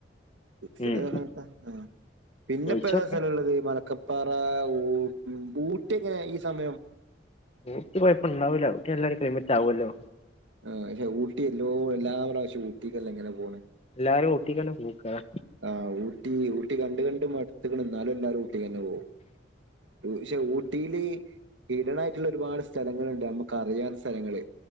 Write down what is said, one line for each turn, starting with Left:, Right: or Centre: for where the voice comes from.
Right: മിക്സഡ്
Left: ഉം
Right: ക <unintelligible> ത ആ പിന്നെപ്പേതാ
Left: ചോയിച്ചോക്കാം
Right: സ്ഥലള്ളത് മലക്കപ് പറ ഊ ബൂട്ടിങ്ങനെ ഈ സമയം.
Left: ഊട്ടി കൊയപ്പം ഇണ്ടാവൂലാ ഊട്ടി നല്ലൊരു ക്ലൈമറ്റാവുവല്ലോ
Right: ആ പക്ഷേ ഊട്ടി എല്ലോ എല്ലാ പ്രാവശ്യം ഊട്ടിക്കല്ലെ ഇങ്ങനെ പോണെ.
Left: എല്ലാരും ഊട്ടിക്കാണ് പോക്ക് അതാ.
Right: ആഹ് ഊട്ടി ഊട്ടി കണ്ട് കണ്ട് മട്ത്ത്ക്ക്ണ്, എന്നാലും എല്ലാരും ഊട്ടി തന്നെ പോവും. പക്ഷേ ഊട്ടില് <unintelligible> ആയിട്ടുള്ള ഒരുപാട് സ്ഥലങ്ങളുണ്ട്, നമ്മുക്ക് അറിയാത്ത സ്ഥലങ്ങള്.